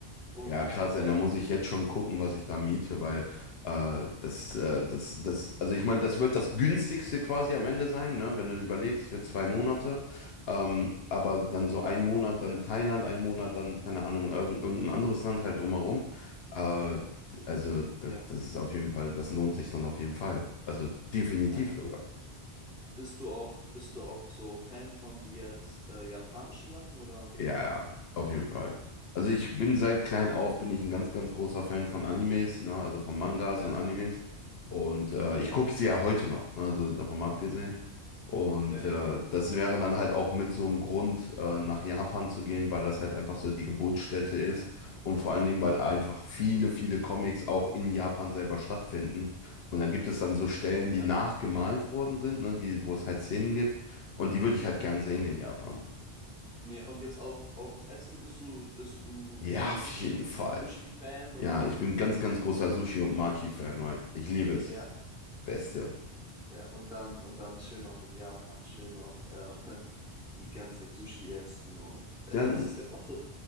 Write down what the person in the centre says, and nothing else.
Und
äh,
ja,
ja,
ja. Bist du auch, bist du auch so Fan von jetzt äh, japanischen Sachen oder?
Ja,
ja,
ja,
ja,
ja.
Nee, und jetzt auch, auch Essen, bist du, bist du
äh,
Sushi,
Sushi-Fan oder?
Ja.
Ja, und dann, und dann schön noch in Japan, schön noch äh, <laughs> die ganze Zeit Sushi essen und äh,
was ist denn noch so,